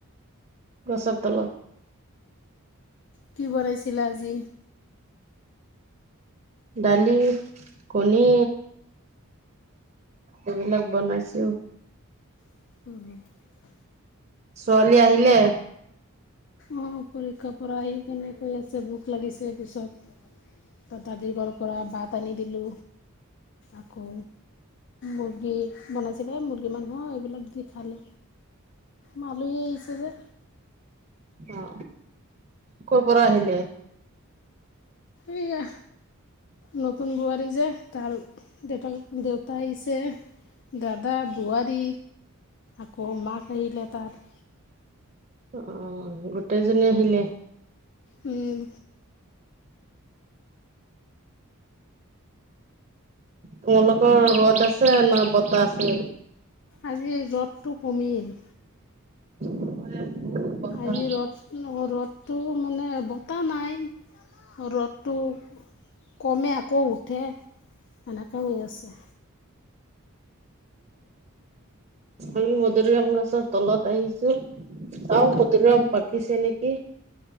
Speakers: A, on the right; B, on the left.
A: গছৰ তলত।
B: কি বনাইছিলা আজি?
A: দালি, কণী এইবিলাক বনাইছো।
B: <inaudible>
A: ছোৱালী আহিলে?
B: আহ পৰীক্ষা পৰা আহি কেনে কৈ আছে ভোক লাগিছে পিছত তা দাদি ঘৰৰ পৰা ভাত আনি দিলোঁ। আকৌ মুৰ্গী মানাই ছিলে মুৰ্গী মাংস এইবিলাক দি খালে, মালহী আহিছে যে।
A: অ, ক পৰা আহিলে?
B: এইয়া নতুন বোৱাৰী যে তাৰ দেউতাক দেউ তা আহিছে, দাদা, বোৱাৰী আকৌ মাক আহিলে তাৰ।
A: অ গোটেইজনী আহিলে।
B: উম।
A: তোমালোকৰ ৰ'দ আছে না বতাহ আছে?
B: আজি ৰ'দটো কমিল।
A: আমাৰ ইয়াত বহুত বতাহ
B: আজি ৰ'দ অ ৰ'দতটো মানে এটা নাই ৰ'দটো কমে আকৌ উঠে। সেনেকুৱা হৈ আছে।
A: আমি মধুৰিআম গছৰ তলত আহিছো চাও মধুৰিআম পাকিছে নেকি।